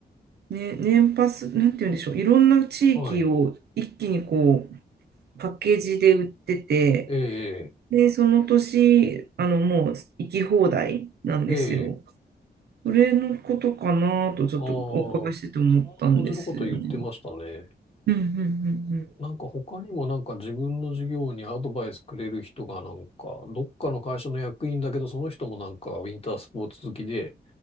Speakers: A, on the right; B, on the left.
A: ね、年パス、なんて言うんでしょう。いろんな地域を一気にこう、
B: はい。
A: パッケージで売ってて、
B: ええ、
A: で、その年、あの、もう行き放題なんですよ。
B: ええ、
A: それのことかなと、ちょっとお伺いしてて思ったんですよね。
B: ああ、そんな感じのこと言ってましたね。
A: うんうん
B: なんか他にもなんか自分の事業にアドバイスくれる人がなんか、どっかの会社の役員だけど、その人もなんかウィンタースポーツ好きで、